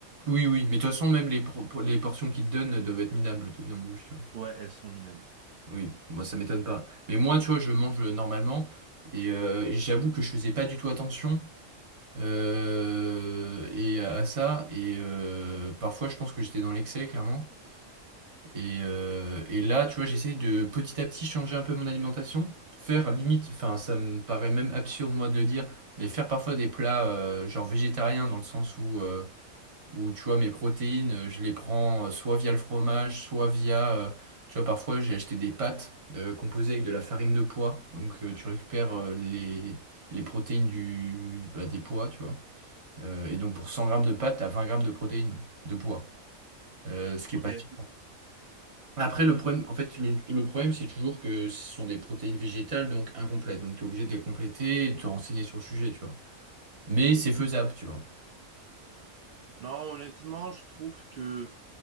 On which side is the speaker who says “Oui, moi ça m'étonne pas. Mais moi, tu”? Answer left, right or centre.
Right